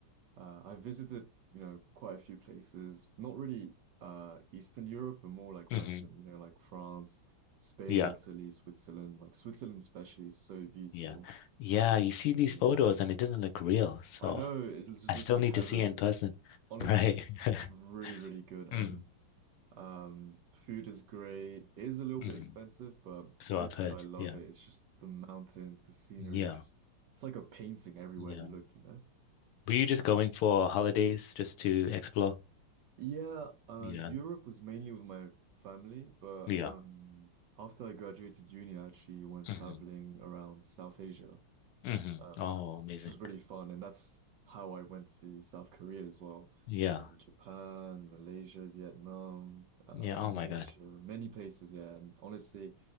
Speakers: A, on the right; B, on the left.
A: Uh, I visited, you know, quite a few places, not really uh Eastern Europe, but more like Western,
B: hmm
A: you know, like France, Spain,
B: Yeah,
A: Italy, Switzerland. Like Switzerland especially is so beautiful.
B: yeah, yeah.
A: It's
B: You see these
A: really
B: photos,
A: amazing.
B: and it doesn't look real. So.
A: I know it just
B: I
A: looks
B: still
A: like
B: need
A: heaven.
B: to see in person. <laughs>
A: Honestly,
B: Right.
A: it's
B: <laughs>
A: it's really, really good and
B: Mm,
A: um food is great. It is a little
B: mm.
A: bit expensive, but
B: So
A: honestly,
B: I've heard.
A: I love
B: Yeah.
A: it. It's just the mountains, the scenery,
B: Yeah.
A: it's just it's like a painting everywhere
B: Yeah.
A: you look, you know.
B: Were you just
A: Um,
B: going for holidays just to explore?
A: Yeah, uh,
B: Yeah.
A: Europe was mainly with my family, but
B: Yeah.
A: um, after I graduated uni, I actually went
B: hmm
A: traveling around South Asia,
B: hmm
A: um,
B: Oh, amazing.
A: which was really fun, and that's how I went to South Korea as well,
B: Yeah.
A: and Japan, Malaysia, Vietnam, uh,
B: Yeah. Oh
A: Indonesia,
B: my God.
A: many places. Yeah, and honestly,